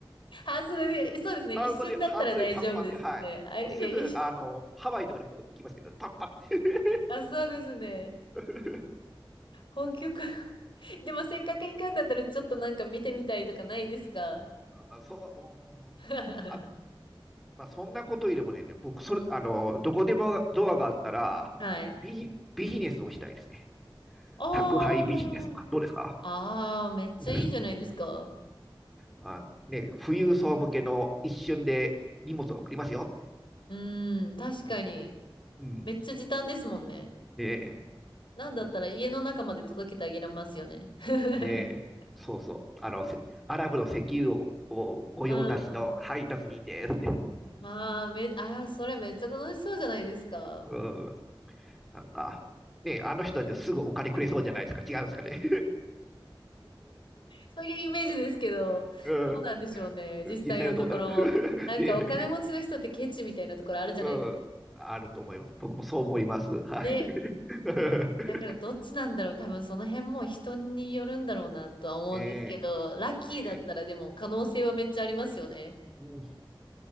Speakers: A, on the left; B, in the centre.
A: 半袖で、そうですね。
B: 半袖、
A: 一瞬だったら大丈夫ですね。
B: 半袖短パンで、はい。
A: あ、いや、
B: もうすぐ、
A: 一瞬
B: あの、ハワイとかにも行きますけどね、パッパッって。
A: あ、そうですね。
B: <laughs>
A: 北極。<laughs> でもせっかく行くんだったら、ちょっとなんか見てみたいとかないですか
B: あそう、うんあ、
A: <laughs>
B: まあ、そんなことよりもね、僕、それ、あの、どこでもドアがあったら、
A: はい。
B: ビジ、ビジネスをしたいですね。
A: あ
B: 宅配ビジネスとか、どうですか
A: あ、ああ、めっちゃいいじゃないですか。
B: <laughs> あのね、富裕層向けの一瞬で荷物を送りますよって。
A: うーん、確かに。
B: うんうん。
A: めっちゃ時短ですもんね。
B: ねえ、
A: なんだったら家の中まで届けてあげられますよね。
B: うん
A: <laughs>
B: ねえ、そうそう。あの、せアラブの石油を、を御用達の配達人ですって。
A: うんうん。まあ、め、ああ、それめっちゃ楽しそうじゃないですか。
B: うん。なんか、ねえ、あの人たちはすぐお金くれそうじゃないですか。違うんですかね。
A: そういうイメージですけど、
B: <laughs>
A: ど
B: うん。
A: うなんでしょうね、実際のところ。
B: 実際はどうなる <laughs>
A: なんかお金持ちの人ってケチみたいなところあるじゃないですか。
B: で、うん。あると思います。僕もそう思います。はい。
A: ね、
B: <laughs>
A: だからどっちなんだろう、多分その辺も人によるんだろうなとは思うんですけど、
B: ねえ、
A: ラッキーだったらでも可能性はめっちゃありますよね。
B: ねえ。